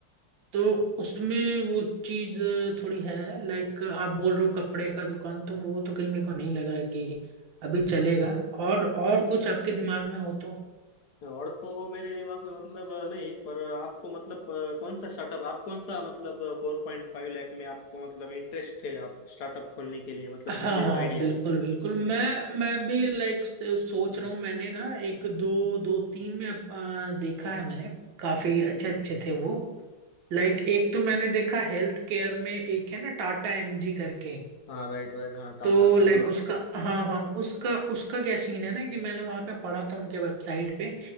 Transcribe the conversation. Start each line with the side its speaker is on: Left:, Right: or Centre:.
Right: तो उसमें वो चीज थोड़ी है लाइक आप बोल रहे हो कपड़े का दुकान तो वो तो कहीं मेरे को नहीं लग रहा है कि अभी चलेगा और और कुछ आपके दिमाग में हो तो
Left: और तो मेरे दिमाग में मतलब अ, नहीं पर आपको मतलब अ, कौन सा स्टार्टअप आप कौन सा मतलब फोर पॉइंट फाइव लाख में आपको मतलब इंटरेस्ट है आप स्टार्टअप खोलने के लिए मतलब
Right: हाँ
Left: बिजनेस
Right: हाँ
Left: आइडिया
Right: <laughs> बिल्कुल बिल्कुल मैं मैं भी लाइक सोच रहा हूँ मैंने ना एक दो दो तीन में अ, देखा है मैंने काफी अच्छे अच्छे थे वो लाइक एक तो मैंने देखा हेल्थ केयर में एक है ना टाटा एमजी करके
Left: हाँ राइट राइट हाँ टाटा
Right: तो
Left: का
Right: लाइक
Left: हाँ
Right: उसका हाँ हाँ उसका उसका क्या सीन है ना कि मैंने वहां पे पढ़ा था उनके वेबसाइट पे